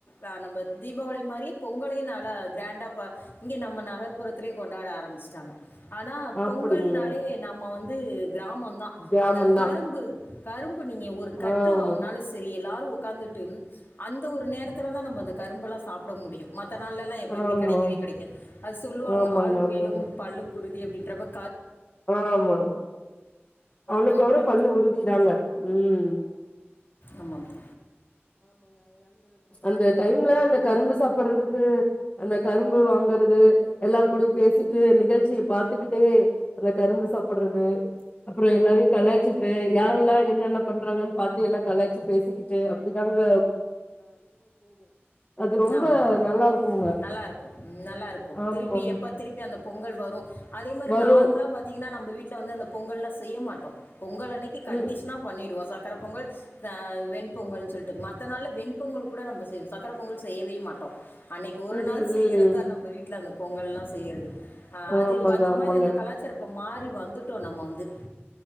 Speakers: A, on the left (about 50°); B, on the left (about 30°).
A: அ நம்ம தீபாவளி மாரியே பொங்கலையு நல்லா கிராண்டா பா இங்க நம்ம நகர் புறத்துலே கொண்டாட ஆரம்பிச்சிட்டாங்க ஆனா பொங்கல்னாலே
B: அப்படிங்க
A: நம்ம வந்து கிராமந்தா
B: கிராமந்தா
A: அந்த கரும்பு- கரும்பு நீங்க ஒரு கட்டு
B: ஆமா
A: வாங்கினாலு சரி எ ல்லாரு உக்காந்துட்டு அந்த ஒரு நேரத்துல தா நம்ம அந்த கரும்பல்லா சாப்ட முடியு மத்த நாள்லலா எப்போயுமே
B: ஆமா
A: கெடைக்கவே கெடைக்காது அது சொல்லுவாங்க
B: ஆமாங்க
A: ஆளும்
B: ஆமாங்க
A: வேலும் பல்லுக்குறுதி அப்டின் <unintelligible>
B: ஆமா அவ்ளோக்கு
A: நம்ம
B: அவுற
A: ப
B: பல்லு உறுதி தாங்க உம்
A: ஆமாங்க
B: இந்த டைம்ல அந்த கரும்பு சாப்புட்றதுக்கு அந்த கரும்பு வாங்கறது எல்லார் கூடயு பேசி நிகழ்ச்சிய பாத்துக்கிட்டே அந்த கரும்பு சாப்புட்றது அப்ரோ எல்லாரையு கலாய்ச்சிட்டு யாரெல்லா என்னென்ன பண்றாங்கன்னு பாத்து எல்லா கலாய்ச்சு பேசிக்கிட்டு இதாங்க அது ரொம்ப
A: ஆமா
B: நல்லா இருக்குங்க
A: நல்லா இருக்கு நல்லா இருக்கு
B: ஆமாம்
A: திருப்பி எப்ப திருப்பி அந்த பொங்கல் வரும் அதே மாதிரி
B: வரு
A: நார்மலா பாத்தீங்கன்னா நம்ம வீட்ல வந்து அந்தப் பொங்கல்லா செய்ய மாட்டோ பொங்கல் அன்னைக்கு கண்டிஷனா
B: ம்
A: பண்ணிருவாங் சக்கர பொங்கல் ஸ் அ வெண் பொங்கல்னு சொல்லிட்டு மத் த நாள் ல வெண்பொங்கல் கூட நம்ப செய்வோ சக்கர பொங்கல் செய்யவே மாட்டோ அன்னைக்கு ஒரு
B: ம்
A: நாள்
B: ம்
A: செய்றதா
B: ம்
A: நம்ம வீட்ல அந்தப் பொங்கல்லா செய்றது ஆஹ் அதுவ்
B: ஆமாங்க
A: அந்த
B: ஆமாங்க
A: மாதிரி அந்த கலாச்சார மாறி வந்துட்டோ நம்ம வந்து